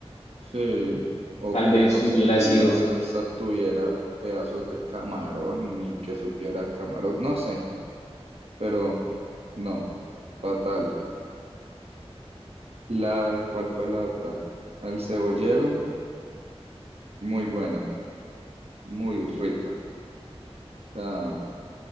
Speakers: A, on the right; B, on the left.
A: Sí, o
B: tal
A: que
B: vez
A: no sé,
B: hubiera
A: la
B: sido...
A: salsa tuviera pedazos de camarón y que supiera camarón, no sé, pero no, fatal. La, ¿cuál fue la otra? El cebollero, muy buena, muy rica. O sea,